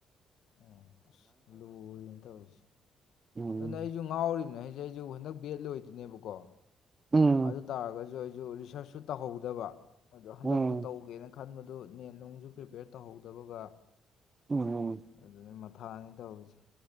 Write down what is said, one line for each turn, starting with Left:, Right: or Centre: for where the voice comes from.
Left: ꯎ ꯑꯁ ꯂꯨꯅ ꯇꯧꯔꯤꯁꯤꯦ
Right: ꯎꯝ
Left: ꯑꯗꯨꯅ ꯑꯩꯁꯨ ꯉꯥꯎꯔꯤꯕꯅꯦ ꯑꯩꯁꯦ ꯑꯩꯁꯨ ꯍꯟꯗꯛ ꯕꯦꯠ ꯂꯣꯏꯗꯣꯏꯅꯦꯕꯀꯣ
Right: ꯎꯝ
Left: ꯑꯗꯨ ꯇꯥꯔꯒꯁꯨ ꯑꯩꯁꯨ ꯔꯤꯁꯔꯁꯁꯨ ꯇꯧꯍꯧꯗꯕ ꯑꯗꯨꯣ ꯍꯟꯗꯛꯇꯨ
Right: ꯎꯝ
Left: ꯇꯧꯒꯦꯅ ꯈ ꯈꯟꯕꯗꯨ ꯅꯦ ꯅꯨꯡꯁꯨ ꯄ꯭ꯔꯤꯄꯦꯌꯔ ꯇꯧꯍꯧꯗꯕꯒ
Right: ꯎꯝ
Left: ꯑꯗꯨꯅꯤ ꯃꯊꯥꯅꯤ ꯇꯧꯔꯤꯁꯦ